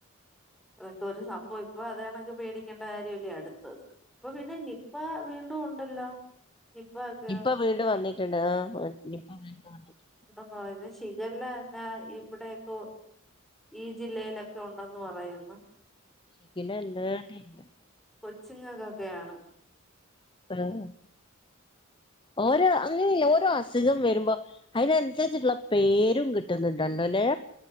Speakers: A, in the centre; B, on the left.
A: അതൊരു സംഭവ അപ്പ അതേ കണക്ക് പേടിക്കേണ്ട കാര്യല്ലേ അടുത്തത് പ്പൊ പിന്നെ നിപ്പാ വീണ്ടും ഉണ്ടല്ലോ നിപ്പ ഒക്കെ
B: ഇപ്പൊ വീണ്ടും വന്നിട്ടുണ്ട് ആ ഇപ്പൊ വീണ്ടും വന്നിട്ടണ്ട്
A: ഇപ്പോ ല്ല ശിഖല്ല ഒക്കെയ ഇവിടൊക്കെ ഒ ഈ ജില്ലയിലൊക്കെ ഉണ്ടന്ന് പറയുന്നു
B: ശിക്കിലല്ല ഇല്ല
A: കൊച്ചുങ്ങക്കൊക്കെയാണ്
B: ഉം ഓര് ആ ഈ ഓരോ അസുഖം വരുമ്പോ അതിനനുസരിച്ചിട്ടുള്ള പേരും കിട്ടുന്നുണ്ടല്ലോ അല്ലെ